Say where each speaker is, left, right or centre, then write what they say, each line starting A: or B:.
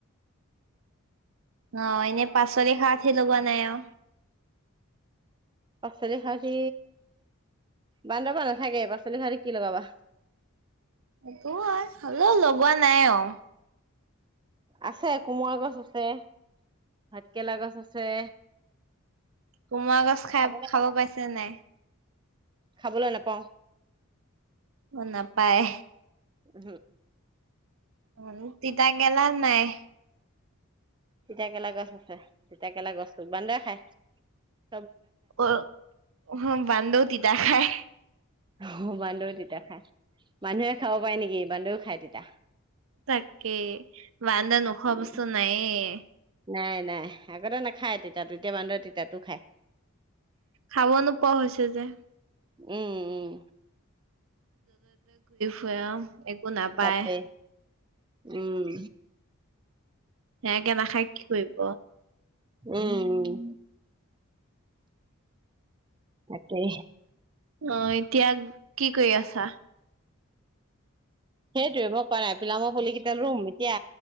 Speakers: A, on the right; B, on the right.
A: অ' এনে পাচলি-শাকহে লগোৱা নাই আৰু?
B: পাচলি খাৰতি বান্দৰৰ পৰা নাথাকে পাচলি খাউতি কি লগাবা
A: এইটো হয় হ'লেও লগোৱা নাই আঔ।
B: আছে কোমোৰা গছ আছে ভাতকেৰেলা গছ আছে
A: কোমোৰা গছ খাই
B: খাবলৈ
A: খাব
B: নাপাওঁ
A: পাইছে নাই
B: খাবলৈ নাপাওঁ
A: অ নাপায়
B: উ
A: অ তিতাকেৰেলা নাই
B: তিতাকেৰেলা গছ আছে তিতাকৰেলা গছ বান্দৰে খাই।
A: অ অ বান্দৰৰো তিতা খাই
B: অ বান্দৰে তিতা খায় মানুহে খাব পাৰে নেকি বান্দৰেও খায় তিতা।
A: তাকে বান্দৰে নোখোৱা
B: উম,
A: বস্তু নায়েই
B: নাই নাই আগতে নাখায়, তিতা টো এতিয়া বান্দৰে তিতাতো খায়।
A: খাব নোপোৱা হৈছে যে
B: উম উম
A: বৈয়াম এক একো নাপায়
B: তাতে উম
A: সেয়াকে নাখায় কি কৰিব
B: উম উ তাকে
A: অ এতিয়া কি কৰি আছাঁ?
B: সেইটোয়ে মই কৰা নাই পিলামৰ পুলিকেইটা ৰুম এতিয়া